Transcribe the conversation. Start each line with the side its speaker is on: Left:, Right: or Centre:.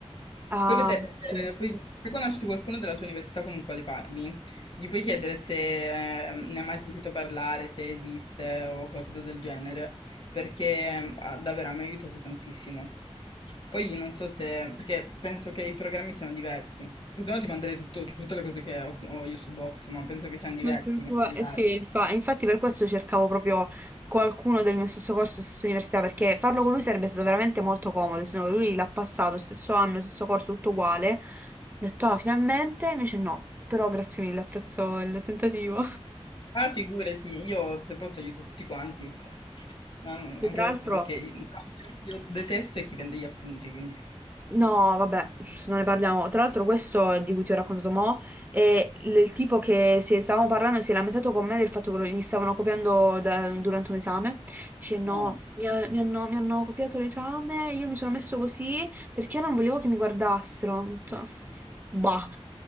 Right: Ah,
Left: Puoi vedere
Right: ok.
Left: se, puoi- se conosci qualcuno della tua università con il quale parli, gli puoi chiedere se eh, ne hai mai sentito parlare, se esiste o qualcosa del genere, perché eh, ah, davvero mi ha aiutato tantissimo. Poi non so se, perché penso che i programmi siano diversi, perché se no ti manderei tutto- tutte le cose che ho, ho io su Box, ma penso che siano diversi
Right: Non ti preoccupare,
Left: i materiali.
Right: eh sì, infa- infatti per questo cercavo proprio qualcuno del mio stesso corso, stessa università, perché farlo con lui sarebbe stato veramente molto comodo, se no lui l'ha passato, stesso anno, stesso corso, tutto uguale. Ho detto, ah, finalmente, invece no, però grazie mille, apprezzo il tentativo.
Left: Ah, figurati, io se posso aiuto tutti quanti, ma anche
Right: E Tra l'altro,
Left: perché io, no, io detesto è chi vende gli appunti, quindi
Right: No, vabbè, non ne parliamo. Tra l'altro, questo di cui ti ho raccontato mo' è l- il tipo che si- stavamo parlando e si è lamentato con me del fatto che lo- gli stavano copiando da- durante un esame. Dice: No,
Left: no.
Right: mi, ha- mi hanno, mi hanno copiato l'esame, io mi sono messo così perché non volevo che mi guardassero. Ho detto, bah,